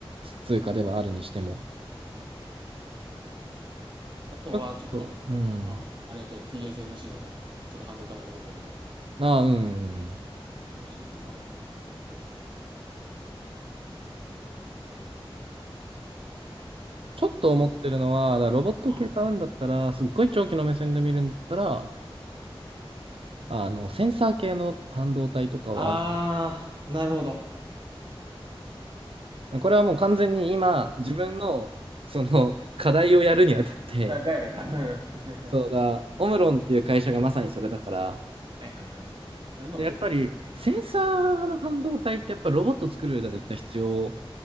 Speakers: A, on the right; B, on the right.
A: 通貨ではあるにしても、
B: あとは、
A: ちょっと、
B: ちょっと、
A: うん。
B: うん、あれやけど、TSMC とか、ちょっと半導体戻ったけど、
A: ああ、うん。
B: TSMC とかも買ってもいいよ
A: ちょっと思ってるのは、
B: な。あと、
A: だからロボット系買うんだったら、
B: うん。
A: すっごい長期の目線で見るんだったら、あの、センサー系の半導体とかはある。
B: あー、なるほど。
A: これはもう完全に今、自分の、その、課題をやるにあたって、
B: あ、だよね、多分。<laughs>
A: そうだ、オムロンっていう会社がまさにそれだから、
B: はいはいはい。それの米国。
A: で、やっぱり、センサーの半導体ってやっぱロボット作る上では絶対必要。